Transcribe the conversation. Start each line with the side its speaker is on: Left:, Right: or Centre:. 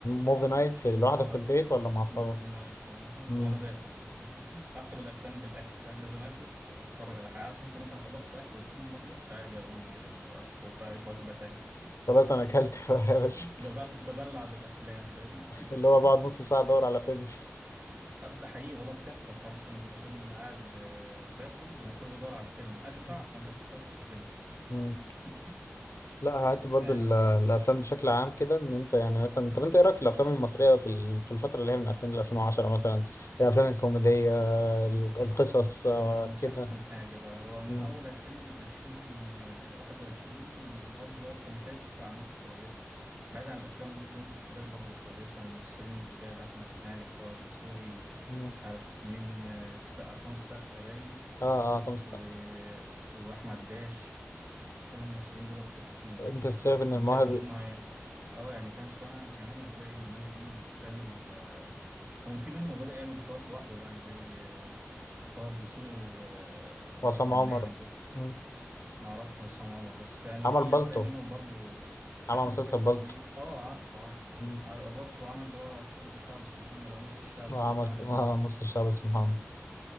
Left: موفي نايت في
Right: لا
Left: لوحدك في البيت ولا مع اصحابك
Right: موفي نايت اه
Left: مم.
Right: وأنا باكل بص <laughs> بكتب الأفلام بالأكل فاهم لازم آكل وأتفرج على حاجة عارف ممكن مثلا خلصت أكل والفيلم ما خلصش عادي أقوم يعني وبشوفه بقى إيه في وجبة تانية
Left: <laughs> خلاص انا اكلت <laughs> بقى يا باشا
Right: ببل... ببلع بالافلام فاهمني <laughs>
Left: اللي هو بقعد نص ساعه ادور على فيلم
Right: ده حقيقي والله بتحصل ساعات مثلا بكون قاعد آه، باكل وانا ده بدور على الفيلم اشبع
Left: <laughs>
Right: وانا لسه ما خلصتش الفيلم
Left: مم.
Right: <laughs>
Left: لا هات برضو
Right: يعني
Left: ال- الافلام بشكل عام كده ان انت يعني مثلا طب انت ايه رايك في الافلام المصريه في ال- في الفتره اللي هي من 2000 ل 2010 مثلا الافلام الكوميديه ال- القصص
Right: مم،
Left: آه،
Right: مش
Left: كده
Right: احسن حاجه لا هو من
Left: مم.
Right: اول عشرين عشرين آه، واحد وعشرين لغايه دلوقتي انا شايف اعمال كويسه بعيد عن الافلام ممكن لهم مسلسلات برضو كويسه الممثلين الجداد احمد مالك طه الدسوقي
Left: مم.
Right: مش عارف مين آه، الس- عصام السقا باين
Left: اه اه سمس
Right: و... واحمد داش كل الممثلين دول كويسين يعني
Left: انت شايف ان
Right: انا
Left: المواهب
Right: شايف ان هم هي... اه يعني كام سنة كمان هتلاقي الناس دي بتعمل آه، هو في منهم اللي بدأ يعمل بطولات لوحده يعني زي آه، طه الدسوقي و... آه، واحمد
Left: وعصام عمر
Right: مالك بس
Left: مم.
Right: ما اعرفش عصام عمر بس يعني
Left: عمل
Right: في
Left: بالطو
Right: هتلاقي منهم برضو
Left: عمل
Right: احمد
Left: مسلسل
Right: داش
Left: بالطو
Right: هتلاقيه اه عارفه عارفه
Left: مم.
Right: قابلته وعمل اللي هو كل الشعب اسمه محمد او نص الشعب اسمه
Left: وعمل
Right: محمد
Left: <laughs> آه،
Right: ده
Left: نص الشعب اسمه محمد